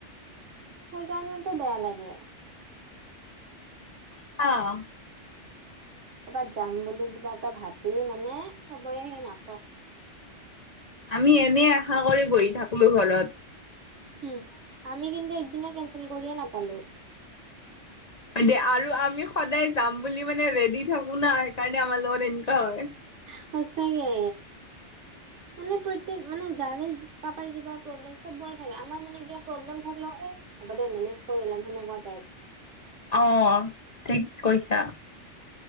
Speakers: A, on the right; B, on the left.
A: সেইকাৰণতো বেয়া লাগে।
B: <unintelligible>
A: ক'বাত যাম বুলি কিবা এটা ভাবিলি মানে চবৰে সেই নাটক।
B: আমি এনে আশা কৰি বহি থাকলো ঘৰত।
A: হুহ, আমি কিন্তু একদিনে কেনচেল কৰিয়ে নাপালোঁ।
B: হয়দে আৰু আমি সদায় যাম বুলি মানে ৰেডি থাকো না সেইকাৰণে আমাৰ লগত এনকা হয়।
A: সঁচাকে। মানে প্ৰত্যেক মানে জাৰে যি কাবাৰ কিবা প্ৰব্লেম চবৰ থাকে আমাৰ মানে এতিয়া প্ৰব্লেম থাকিলেও এ হ'ব দে মেনেজ কৰি ল'ম সেনেকুৱা টাইপ
B: অ, ঠিক কৈছা।